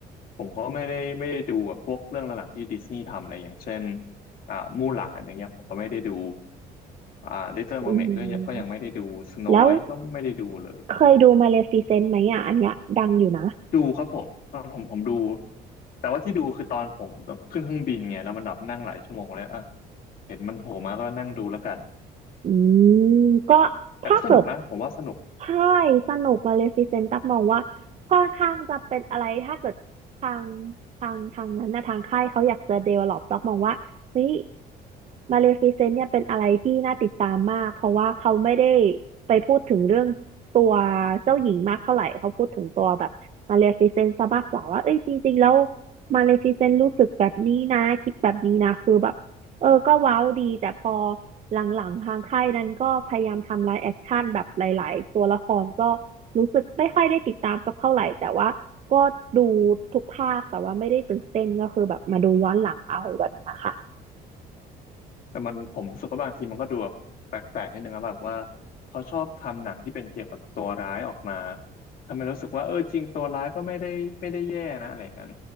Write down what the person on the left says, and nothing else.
ผมก็ไม่ได้ไม่ได้ดูแบบพวกเรื่องหลักๆที่ดิสนีย์ทำอะไรอย่างเช่นอ่ามู่หลานอย่างเงี้ยผมก็ไม่ได้ดูอ่าลิตเติ้ลเมอร์เมก็ยังก็ยังไม่ได้ดูสโนไวท์ก็ไม่ได้ดูเลย
ดูครับผมตอนผมผมดูแต่ว่าที่ดูคือตอนผมต้องขึ้นเครื่องบินไงแล้วมันแบบนั่งหลายชั่วโมงแล้วอ่ะเห็นมันโผล่มาก็นั่งดูแล้วกัน
แต่ก็สนุกนะผมว่าสนุก
แต่มันผมรู้สึกว่าบางทีมันก็ดูแบบแปลกๆนิดนึงนะแบบว่าเขาชอบทำหนังที่เป็นเกี่ยวกับตัวร้ายออกมาทำให้รู้สึกว่าเออจริงตัวร้ายก็ไม่ได้ไม่ได้แย่นะอะไรอย่างนั้น